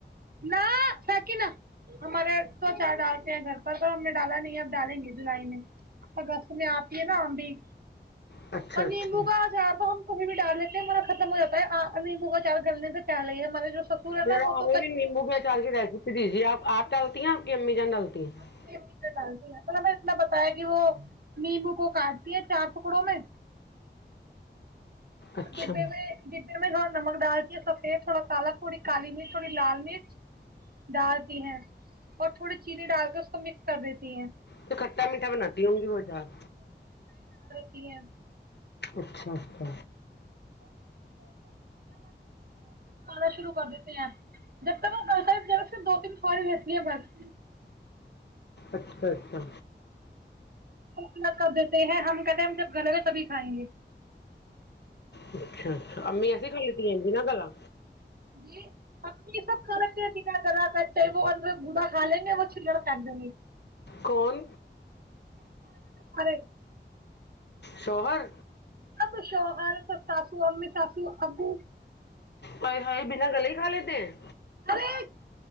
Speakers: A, on the right; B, on the left.
A: نہ فک نا ہمارے تو چار ڈالتے ہیں گھر پر پر ہم نے ڈالا نہیں ہے اب ڈالیں گے جولائی میں اگست میں آتی ہے نا ہم بھی
B: اچھا
A: اور
B: اچھا
A: نمبو گاج آب ھر بھی ڈال لیتے ہیں ہمارا ختم ہواتا ہے نمو کا چار گلنے سے پہلے ہی ہے ہمارے جو سسر ہے
B: جا
A: نا وہ
B: آویں
A: تو
B: بھی نمو کے ڈال کے ریسپی دیجی آپ ڈالتی ہیں آپ امی جان ڈالتی
A: <unintelligible>
B: ہیں
A: میں بتایا کہ وہ نیمبو کو کاٹتی ہے چار ٹکڑوں میں کت
B: اچھا
A: میں جتنے میں س نمک ڈال دی ہیں سفید تھوڑا کالا تھوڑی کالی مرچ تھوڑی لال مرچ ڈال دی ہیں اور تھوڑی چینی ڈال کے اس کو مکس کر دیتی ہیں
B: تو کھٹا میٹھا بناتی ہوں گی وہ جد
A: یہ
B: اچھا اچھا
A: آنا شروع کر دیتے ہیں جب تک وہ کرتا ج سے دو تین سواری رہتی ہیں بس
B: اچھا اچھا
A: کتنا کر دیتے ہیں ہم کہتے ہیں ہم جب گلے ہو تبھی کھائیں گے
B: ہ <unintelligible> اچھا اچھا امی ایسیے کال ت جی نہا گلا
A: جی ہم یہ سب کھ رک بنا گلا وہ بڑھا کھ لیں گے وہ چل پ دے
B: کون
A: مارے
B: شوہر
A: اب شوہر سب ساسو امی ساسو ابو
B: ہائی ہائی بنا گل ہی کھا لیتے ہیں
A: ارے